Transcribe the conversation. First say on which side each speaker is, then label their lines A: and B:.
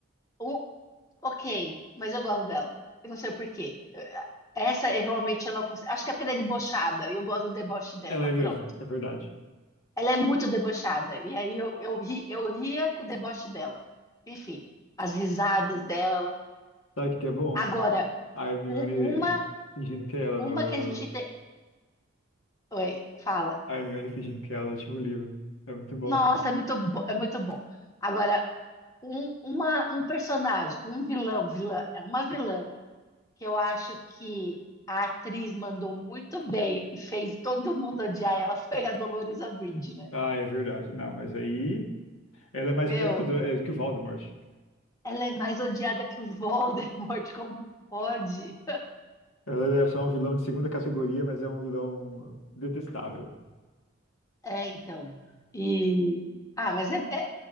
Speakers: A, on the left; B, on the left.
A: o, ok, mas eu gosto dela. E não sei por quê. Eh, Essa eu realmente eu não consigo. Acho que é porque ela é debochada. e Eu gosto do deboche dela.
B: Ela é mesmo,
A: Pronto.
B: é verdade.
A: Ela é muito debochada. E aí eu, eu, ri, eu ria com o deboche dela. Enfim, as risadas dela.
B: Sabe o que que é bom?
A: Agora,
B: A Hermione
A: u- uma,
B: fingindo que é ela
A: uma
B: no.
A: que a gente tem. Oi, fala.
B: A Hermione fingindo que é ela no último livro. É muito bom.
A: Nossa, é muito, bo- é muito bom. Agora, um, uma, um personagem, um vilão, vilã, é uma vilã que eu acho que a atriz mandou muito bem e fez todo mundo odiar ela foi a Dolores Umbridge, né?
B: Ah, é verdade. Não, mas aí. Ela é mais
A: Meu,
B: odiada que o, Dan- eh, que o Voldemort.
A: ela é mais odiada que o Voldemort, como pode?
B: Ela é só um vilão de segunda categoria, mas é um vilão detestável.
A: É, então. E ah, mas é, é,